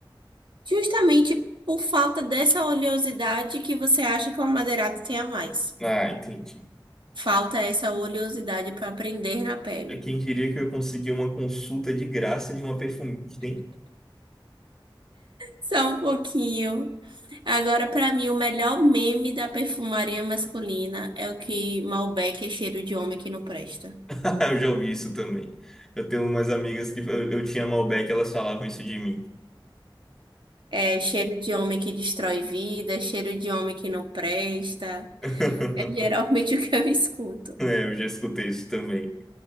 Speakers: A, on the right; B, in the centre.
A: Justamente por falta dessa oleosidade que você acha que o amadeirado tem a mais.
B: Ah, entendi.
A: Falta essa oleosidade para prender na pele.
B: É quem diria que eu consegui uma consulta de graça de uma perfumista, hein?
A: Só um pouquinho. Agora, para mim, o melhor meme da perfumaria masculina é o que Malbec é cheiro de homem que não presta.
B: <laughs> Eu já ouvi isso também. Eu tenho umas amigas que eu, eu tinha Malbec, elas falavam isso de mim.
A: É cheiro de homem que destrói vida, é cheiro de homem que não presta.
B: <laughs>
A: É geralmente o que eu escuto.
B: É, eu já escutei isso também.